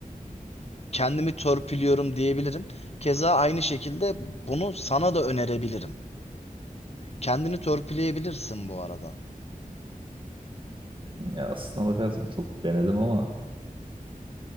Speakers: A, on the left (about 45°); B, on the right (about 35°).
A: kendimi törpülüyorum diyebilirim. Keza aynı şekilde bunu sana da önerebilirim. Kendini törpüleyebilirsin bu arada.
B: Ya aslına bakarsan çok denedim ama